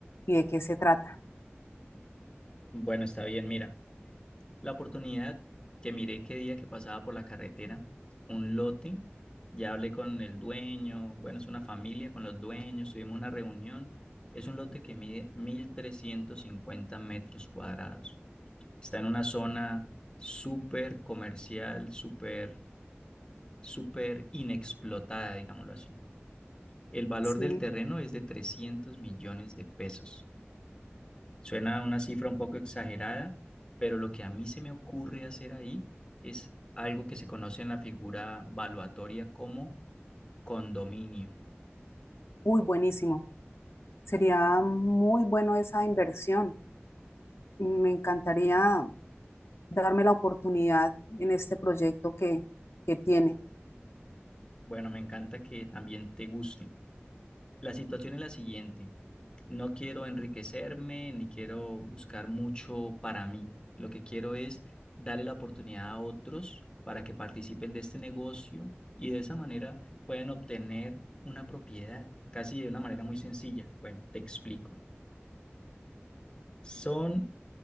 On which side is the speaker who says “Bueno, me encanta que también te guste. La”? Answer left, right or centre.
Left